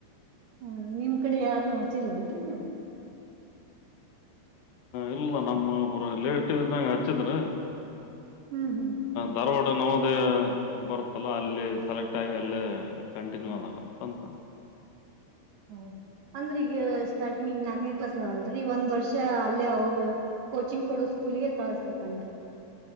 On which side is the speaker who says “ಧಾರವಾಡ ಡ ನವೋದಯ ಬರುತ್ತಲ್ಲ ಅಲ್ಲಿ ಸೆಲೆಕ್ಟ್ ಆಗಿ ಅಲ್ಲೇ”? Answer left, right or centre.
Left